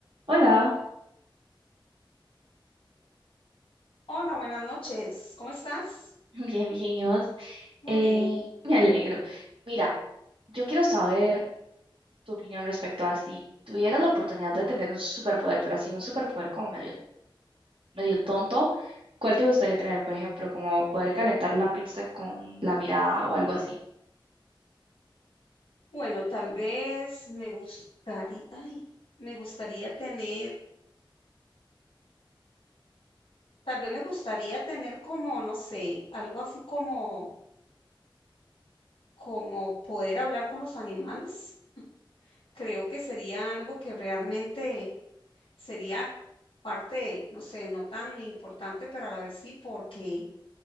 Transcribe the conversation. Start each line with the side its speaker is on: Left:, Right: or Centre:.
Right: Hola,
Left: Hola, buenas noches. ¿Cómo estás?
Right: <laughs> bien, bien, ¿y vos?
Left: Muy
Right: Eh,
Left: bien.
Right: me alegro. Mira, yo quiero saber tu opinión respecto a si tuvieras la oportunidad de tener un superpoder, pero así un superpoder como medio, medio tonto, ¿cuál te gustaría tener? Por ejemplo, como poder calentar la pizza con la mirada o algo así.
Left: Bueno, tal vez me gustaría, ay, me gustaría tener, tal vez me gustaría tener como, no sé, algo así como, como poder hablar con los animales. Creo que sería algo que realmente sería parte, no sé, no tan importante, pero a la vez sí, porque